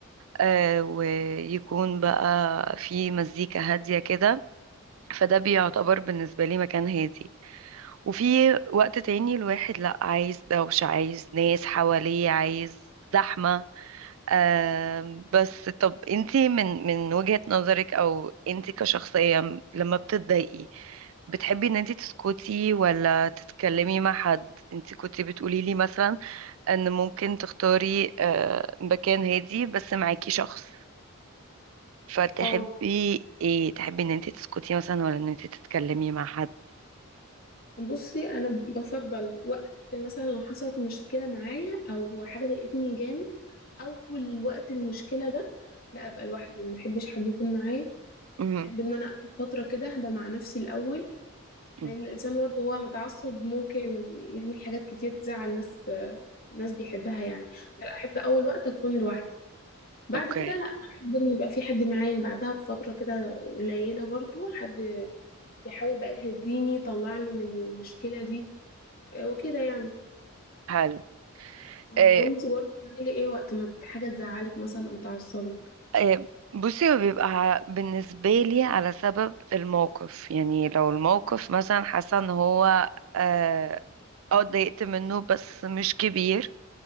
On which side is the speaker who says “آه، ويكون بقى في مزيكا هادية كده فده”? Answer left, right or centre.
Right